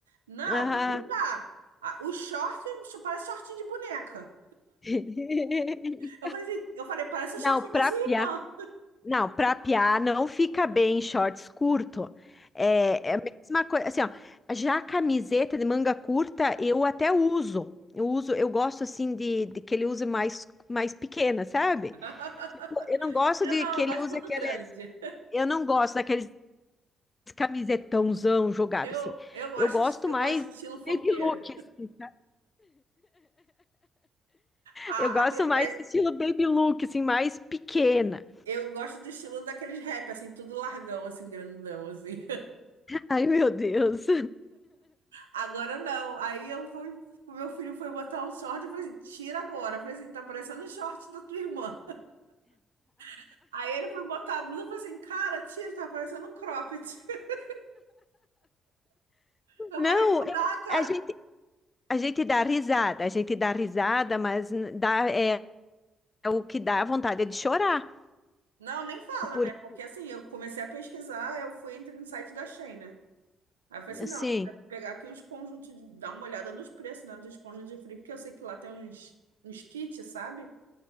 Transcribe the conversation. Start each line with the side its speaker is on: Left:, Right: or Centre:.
Right: Não,
Left: Ah,
Right: não dá. Ah, o short o short- parece shortinho de boneca.
Left: <laughs>
Right: Eu falei assim, eu falei, parece o
Left: não,
Right: shortinho
Left: pra
Right: da sua irmã.
Left: Não, pra piar não fica bem em shorts curto. É, é a mesma coisa, assim, ó, já a camiseta de manga curta eu até uso. Eu uso, eu gosto assim de, de que ele use mais mais pequena, sabe?
Right: <laughs>
Left: Tipo, Eu não gosto
Right: Eu
Left: de
Right: não,
Left: que
Right: eu
Left: ele
Right: gosto
Left: use
Right: tudo
Left: aqueles,
Right: grande.
Left: eu não gosto daqueles camisetãozão jogado
Right: Eu,
Left: assim.
Right: eu gosto,
Left: Eu gosto
Right: eu
Left: mais
Right: gosto do estilo funkeiro.
Left: baby look, assim.
Right: A,
Left: Eu gosto
Right: a- é-
Left: mais estilo baby look, assim, mais pequena.
Right: eu gosto do estilo daqueles rap, assim, tudo largão, assim, grandão, assim.
Left: Ai, meu Deus.
Right: Agora não. Aí eu fui, o meu filho foi botar um short, eu falei assim, tira agora. Eu falei assim, tá parecendo um short da tua irmã. <laughs> Aí ele foi botar a blusa, eu falei assim, cara, tira, tá parecendo um cropped. <laughs> Eu
Left: Não,
Right: falei, não
Left: eu-
Right: dá, cara.
Left: a gente A gente dá risada, a gente dá risada, mas n- dá, é, é o que dá vontade é de chorar.
Right: Não, nem fala,
Left: Porque,
Right: né? Porque assim, eu comecei a pesquisar, eu fui entrei no site da Shein, né? Aí eu falei assim,
Left: assim,
Right: não, vou pe- pegar aqui uns conjuntos, de- dar uma olhada nos preços, né? Nos conjuntos de frio, porque eu sei que lá tem uns, uns kits, sabe?